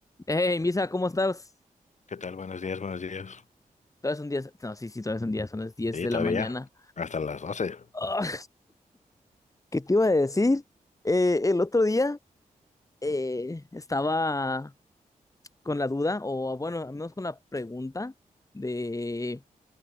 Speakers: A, on the left; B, on the left.
A: Hey, Misa, ¿cómo estás?
B: ¿Qué tal? Buenos días, buenos días.
A: Todavía es un día. No, sí, sí, todavía es un día, son las diez
B: Sí,
A: de
B: todavía.
A: la mañana.
B: Hasta las 12.
A: Ah, ¿qué te iba a decir? Eh, el otro día eh, estaba con la duda, o bueno, al menos con la pregunta de.